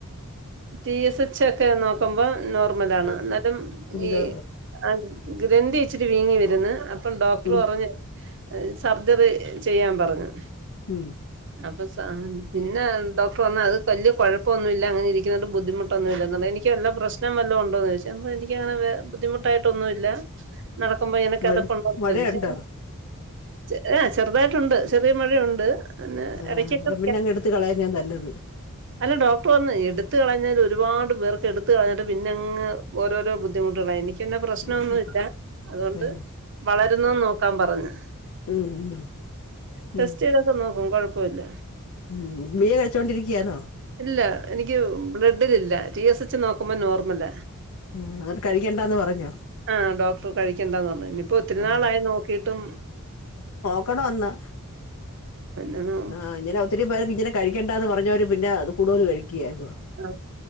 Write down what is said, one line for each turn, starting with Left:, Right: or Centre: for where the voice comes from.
Right: ടി എസ് എച്ച് ഒക്കെ നോ ക്കുമ്പോ നോർമൽ ആണ് എന്നാലും
Left: എന്താ
Right: ഈ ആ ഗ്രന്ഥി വച്ചിട്ട് വീങ്ങി വര്ന്ന് അപ്പം ഡോക്ടർ
Left: ഉം
Right: പറഞ് സർജറി ചെയ്യാൻ പറഞ്ഞു
Left: ഉം
Right: അപ്പൊ സ പിന്നെ ഡോക്ർ പർഞ്ഞ് അത് വല്യ കുഴപ്പൊന്നുല്ല അങ്ങനെ ഇരിക്കുന്നണ്ട് ബുദ്ധിമുട്ടൊന്നുല്ലന്ന് എനിക്ക്നല്ല പ്രശ് പ്രശ്നം വല്ലതോണ്ടോന്ന് ചോദിച്ച് അപ്പ എനിക്ക് അങ്ങനെ വെ ബുദ്ധിമുട്ടായിട്ടൊന്നും ഇല്ല നടക്കുമ്പോ ഇങ്ങനെ
Left: മഴ
Right: കതപ്പുണ്ടോന്ന്
Left: മഴയുണ്ടോ
Right: ചോദിച്ചു ചെല ചെറുതായിട്ടുണ്ട് ചെറിയ മഴയുണ്ട് പിന്നെ
Left: ആഹ്
Right: ഇടക്കൊക്കെ
Left: അന്നേരം പിന്നെ അങ്ങ് എടുത്ത് കളയന്നാ നല്ലത്
Right: അല്ല ഡോക്ടർ പറഞ്ഞ് എടുത്ത് കളഞ്ഞാല് ഒരുപാട് പേർക്ക് എടുത്ത് കളഞ്ഞിട്ട് പിന്നെ അങ്ങ് ഓരോരോ ബുദ്ധിമുട്ടുകളായി എനിക്ക് പിന്നെ പ്രശ്നം
Left: അത്
Right: ഒന്നും
Left: ശരിയാ
Right: ഇല്ല. അതുകൊണ്ട്
Left: ആഹ്
Right: വളരുന്ന് നോക്കാൻ പറഞ്ഞ്
Left: ഉം ഉം
Right: ടെസ്റ്റ്
Left: ഉം
Right: ചെയ്തൊക്കെ നോക്കും കൊഴപ്പോല്ല.
Left: ഉം ഗുളിക കഴിച്ചോണ്ടിരിക്ക്യാണൊ.
Right: ഇല്ല എനിക്ക് ബ്ലഡില് ഇല്ല. ടി എസ് എച്ച് നോക്കുമ്പോ നോർമല.
Left: ഉം അത് കഴിക്കണ്ടാന്ന് പറഞ്ഞോ
Right: അ ഡോക്ടർ കഴിക്കണ്ടാന്ന് പറഞ്ഞു. ഇഞ്ഞ്പ്പ ഒത്തിരിനാളായി
Left: ആഹ്
Right: നോക്കീട്ടും.
Left: ക്കണ്ട <unintelligible> വന്ന്
Right: പിന്നെ നോ
Left: ആ <inaudible> ഒത്തിരി പേർക്ക് ഇങ്ങനെ കഴിക്കണ്ട എന്ന് പറഞ്ഞവര് പിന്നെ അത് കൂടുതല് കഴിക്ക്യാ ഇപ്പോ
Right: ആ